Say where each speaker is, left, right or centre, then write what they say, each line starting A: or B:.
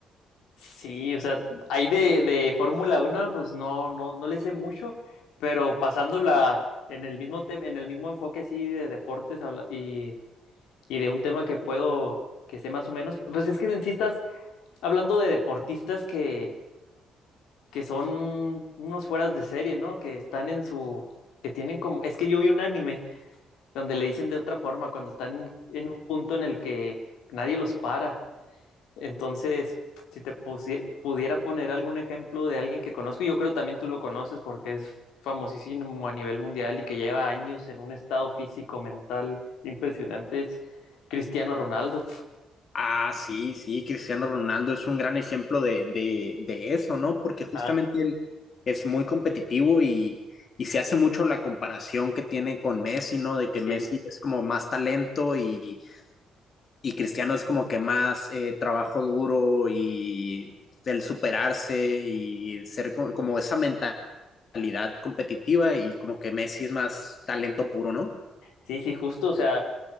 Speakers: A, on the left; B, on the left.
A: Sí, o sea, ahí de, de Fórmula Uno, pues no, no, no le sé mucho, pero pasándola en el mismo tema, en el mismo enfoque así de deportes habla- y, y de un tema que puedo, que sé más o menos, pues es que en sí estás hablando de deportistas que, que son unos fueras de serie, ¿no? Que están en su, que tienen como, es que yo vi un anime donde le dicen de otra forma, cuando están en un punto en el que nadie los para. Entonces, si te pusie- pudiera poner algún ejemplo de alguien que conozco, yo creo también tú lo conoces porque es famosísimo a nivel mundial y que lleva años en un estado físico, mental impresionante, es Cristiano Ronaldo.
B: Ah, sí, sí, Cristiano Ronaldo es un gran ejemplo de, de, de eso, ¿no? Porque justamente
A: Ah,
B: él es muy competitivo y, y se hace mucho la comparación que tiene con Messi, ¿no? De que
A: sí,
B: Messi
A: sí.
B: es como más talento y, y Cristiano es como que más eh, trabajo duro y el superarse y ser co- como esa mentalidad competitiva y como que Messi es más talento puro, ¿no?
A: Sí, sí, justo, o sea,